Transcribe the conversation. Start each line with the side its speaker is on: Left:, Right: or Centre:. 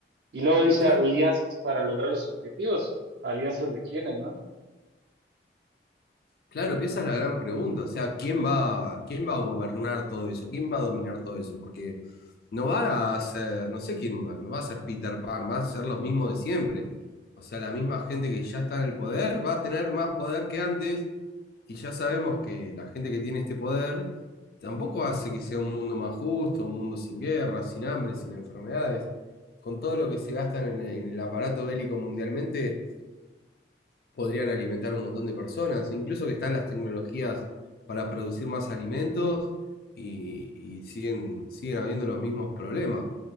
Right: Y luego dice
Left: Cla-
Right: alianzas para lograr los objetivos. ¿Alianzas de quiénes, no?
Left: claro que esa es la gran pregunta. O sea, ¿quién va, quién va a gobernar todo eso? ¿Quién va a dominar todo eso? Porque no va a ser, no sé quién va, no va a ser Peter Pan, va a ser los mismos de siempre. O sea, la misma gente que ya está en el poder va a tener más poder que antes Y ya sabemos que la gente que tiene este poder tampoco hace que sea un mundo más justo, un mundo sin guerras, sin hambre, sin enfermedades. Con todo lo que se gastan en el, en el aparato bélico mundialmente, podrían alimentar un montón de personas, incluso que están las tecnologías para producir más alimentos y, y siguen, siguen habiendo los mismos problemas.